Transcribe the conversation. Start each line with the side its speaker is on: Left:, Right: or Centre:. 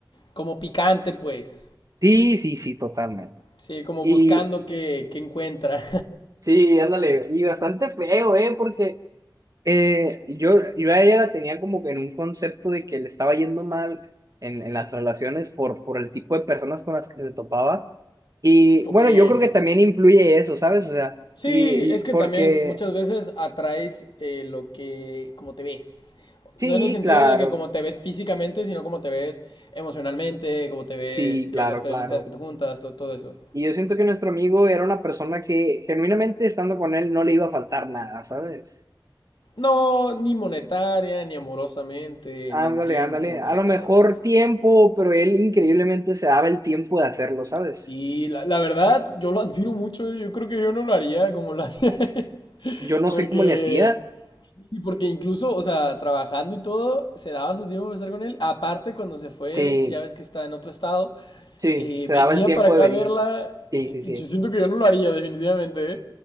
Left: Como picante, pues.
Right: Sí, sí, sí, totalmente.
Left: Sí, como
Right: Y
Left: buscando que, que encuentra.
Right: Sí, ándale, y bastante feo, ¿eh? Porque eh, yo, yo a ella la tenía como que en un concepto de que le estaba yendo mal en, en las relaciones por, por el tipo de personas con las que se topaba. Y
Left: <laughs>
Right: bueno, yo
Left: ok.
Right: creo que también influye eso, ¿sabes? O sea,
Left: Sí,
Right: y,
Left: es
Right: y
Left: que
Right: porque
Left: también muchas veces atraes eh, lo que, como te ves.
Right: sí,
Left: No en el sentido
Right: claro,
Left: de que como te ves físicamente, sino como te ves emocionalmente, como te ves,
Right: sí, claro,
Left: que las
Right: claro.
Left: amistades que te juntas, to- todo, eso.
Right: Y yo siento que nuestro amigo era una persona que genuinamente estando con él no le iba a faltar nada, ¿sabes?
Left: No, ni monetaria, ni amorosamente,
Right: Ándale,
Left: ni en tiempo,
Right: ándale. A
Left: ni
Right: lo
Left: en
Right: mejor
Left: nada.
Right: tiempo, pero él increíblemente se daba el tiempo de hacerlo, ¿sabes?
Left: Sí, la, la verdad, yo lo admiro mucho. Yo creo que yo no lo haría como lo hacía él. <laughs>
Right: Yo no
Left: Porque,
Right: sé cómo le hacía.
Left: sí, porque incluso, o sea, trabajando y todo, se daba su tiempo para estar con él. Aparte, cuando se fue,
Right: Sí,
Left: ya ves que está en otro estado,
Right: sí,
Left: eh,
Right: se
Left: venía
Right: daba el tiempo
Left: para acá
Right: de venir.
Left: a verla.
Right: Sí,
Left: eh,
Right: sí,
Left: Y
Right: sí.
Left: yo siento que yo no lo haría, definitivamente, ¿eh?